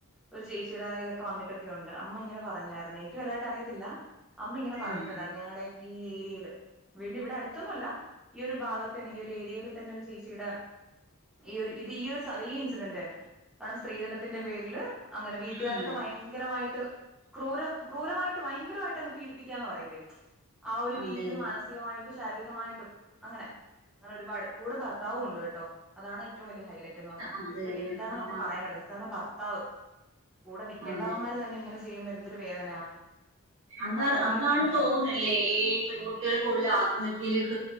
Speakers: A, in the centre; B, on the right.
A: ഒരു ചേച്ചിടെ ഇതൊക്കെ വന്നിട്ടൊക്കെ ഉണ്ട് അമ്മ ഇങ്ങനെ പറഞ്ഞായിരുന്നു എനിക്ക് വലുതായിട്ടറിയത്തില്ല അമ്മ ഇങ്ങനെ പറഞ്ഞിട്ടുണ്ടായിരുന്നു
B: അതെ
A: ഞങ്ങടെ ഈ ഏരിയയിൽ വീണ്ടും ഇവിടെ അടുത്ത് ടെതന്നുല്ല ഈ ഒരു ഭാഗത്ത് തന്നെ ഈ ഒരു ഏരിയയിൽ തന്നെ ഒരു ചേച്ചിയുടെ ഈ ഒരു ഇത് ഈ ഒരു സതീ ഇൻസിഡന്റ് തന്നെ കാരണം സ്ത്രീധനത്തിന്റെ പേരില് അങ്ങനെ വീട്ടുകാരൊക്കെ
B: അതെ
A: ഭയങ്കരമായിട്ട് ക്രൂര ക്രൂരമായിട്ട് ഭയങ്കരമായിട്ട് അങ്ങ് പീഡിപ്പിക്കാന്ന് പറയിലേ ആ ഒരു
B: അതെ അതെ
A: രീതിൽ മാനസികമായിട്ട് ശ ശാരീരികമായിട്ടും അങ്ങനെ അങ്ങനെ ഒരുപാട് കൂടെ ഭർത്താവും ഉണ്ട് കേട്ടോ അതാണ് ഏറ്റവും വലിയ ഹൈലൈറ്റ് എന്ന് പറയുന്നെ
B: അതെ അതെ അത അത് തന്നെ
A: എന്താണ്
B: അതാ
A: നമുക്ക് പറയാൻ പറ്റുന്നത് കാരണം ഭർത്താവ് താവ് കൂടെ നിക്കക്കണ്ടാവന്മാര്
B: അതെ
A: തന്നെങ്ങനെ ചെയ്യുമ്പഴ് തൊരു വേദനയാ ഇതൊക്കെ
B: ന്താ
A: പത്രത്തിലൊക്കെ
B: അന്താണ
A: വന്നായിരുന്നു
B: തോന്നുന്നില്ലേ ഈ പെൺകുട്ടികൾ കൂടുതൽ ആത്മ ഇല്ലട്ട്